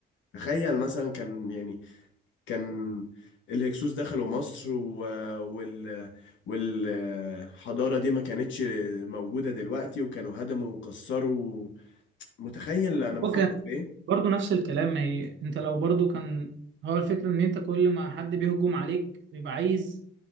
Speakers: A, on the left (about 70°); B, on the right (about 70°).
A: تخيل مثلا كان يعني كان الهكسوس دخلوا مصر و... وال والحضارة دي ما كانتش موجودة دلوقتي وكانوا هدموا وكسروا متخيل أنا بفكر
B: هو كان
A: في إيه؟
B: برضه نفس الكلام ما هي انت لو برضه كان هو الفكره ان انت كل ما حد بيهجم عليك بيبقى عايز